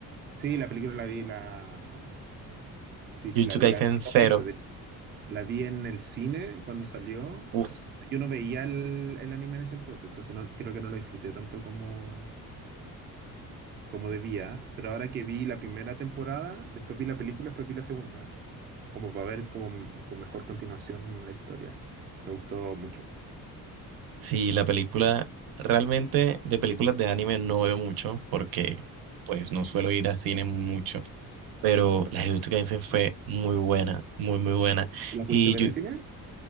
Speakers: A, on the right; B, on the right.
A: sí, la película la vi, la... Sí, sí,
B: Jujutsu
A: la vi,
B: Kaisen
A: la vi
B: Zero.
A: dos veces, La vi en el cine cuando salió.
B: Uf,
A: Yo no veía el, el anime en ese entonces, entonces no, creo que no lo disfruté tanto como, como debía. Pero ahora que vi la primera temporada, después vi la película, después vi la segunda, como para ver como, con mejor continuación la historia. Me gustó mucho.
B: sí, la película, realmente de películas de anime no veo mucho porque pues no suelo ir a cine mucho, pero la de Jujutsu Kaisen fue muy buena, muy, muy buena.
A: ¿La
B: Y,
A: pudiste ver
B: yo-
A: en el cine?